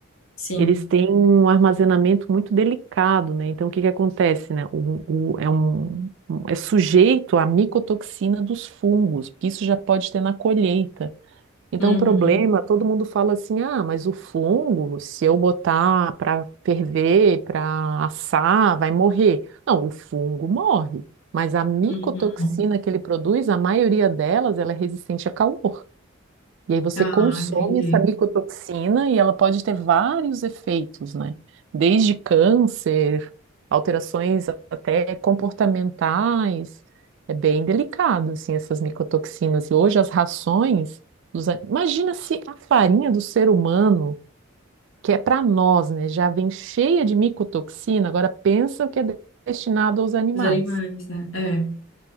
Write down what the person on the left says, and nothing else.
Sim.
Uhum.
Uhum.
Ah,
entendi.
Os animais, né? É.